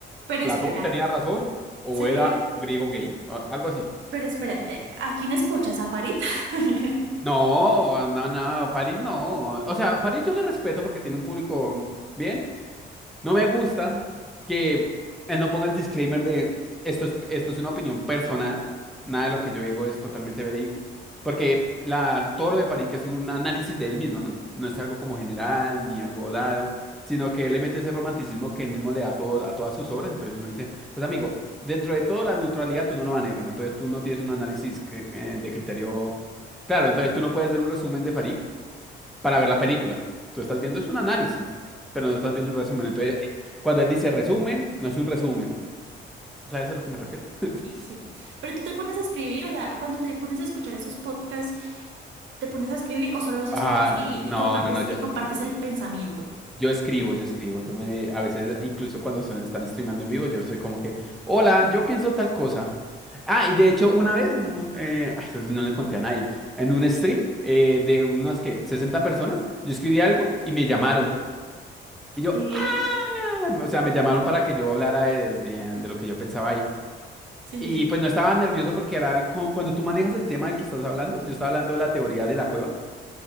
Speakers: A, on the right; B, in the centre.
A: Pero
B: ¿Platón
A: espera,
B: tenía razón o
A: sería,
B: era un griego gay? O algo así.
A: pero espera, eh, ¿a quién escuchas? ¿A Farid? <laughs>
B: No, no, no, Farid no. O sea, Farid yo le respeto porque tiene un público bien, No me gusta que él no ponga el disclaimer de esto es, esto es una opinión personal, nada de lo que yo digo es totalmente verídico, porque la, todo lo de Farik es un análisis de él mismo, ¿no? No es algo como general ni algo dado, sino que él le mete ese romanticismo que él mismo le da a, todo, a todas sus obras, entonces uno dice, pues amigo, dentro de todo la neutralidad tú no lo manejas, entonces tú no tienes un análisis que- eh, de criterio claro, entonces tú no puedes ver un resumen de Farik para ver la película. Tú estás viendo es un análisis, pero no estás viendo un resumen. Entonces, eh, cuando él dice resumen, no es un resumen. ¿Sabes a lo que me refiero? <laughs>
A: Sí, sí. Pero tú te pones a escribir, o sea, cuando te pones a escuchar esos podcasts, ¿te pones a escribir o solo los escuchas
B: Ah,
A: y,
B: no,
A: y compartes
B: no, no, yo,
A: y compartes el pensamiento?
B: yo escribo, yo escribo, yo me, a veces, incluso cuando son- están streamando en vivo, yo soy como que, hola, yo pienso tal cosa. Ah, y de hecho, una vez en un, eh, ah, eso no le conté a nadie, en un stream eh, de unas que 60 personas, yo escribí algo y me llamaron. Y yo,
A: ¿Qué?
B: ah, o sea, me llamaron para que yo hablara de, de- de lo que yo pensaba ahí.
A: Sí,
B: Y
A: sí,
B: pues no estaba nervioso porque era algo- cuando tú manejas el tema del que estás hablando, yo estaba hablando de la teoría de la cueva